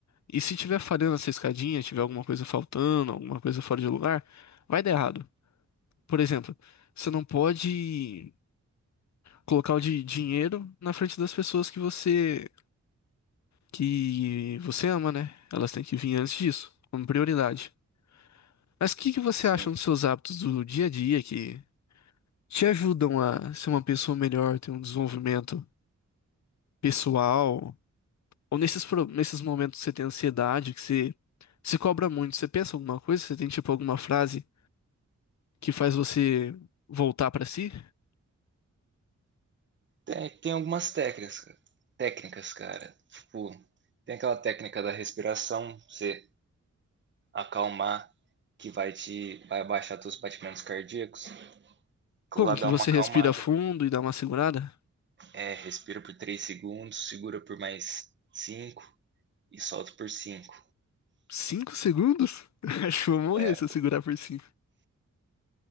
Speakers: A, on the left; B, on the right.
A: E se tiver falhando essa escadinha, tiver alguma coisa faltando, alguma coisa fora de lugar, vai dar errado. Por exemplo, você não pode. colocar o di- dinheiro na frente das pessoas que você que você ama, né? Elas têm que vir antes disso, como prioridade. Mas o que que você
B: Sim.
A: acha dos seus hábitos do dia a dia que te ajudam a ser uma pessoa melhor, ter um desenvolvimento pessoal? Ou nesses, pro- nesses momentos que você tem ansiedade, que você se cobra muito, você pensa alguma coisa? Você tem tipo alguma frase que faz você voltar pra si?
B: Tem, tem algumas técnicas, cara. técnicas, cara. Tipo, tem aquela técnica da respiração, você acalmar, que vai te vai abaixar teus batimentos cardíacos. Aquilo
A: Como
B: lá
A: que
B: dá
A: você
B: uma acalmada.
A: respira fundo e dá uma segurada?
B: É, respira por 3 segundos, segura por mais 5 e solta por cinco
A: Cinco segundos? <laughs> Acho que eu vou morrer
B: É,
A: se eu segurar por cinco.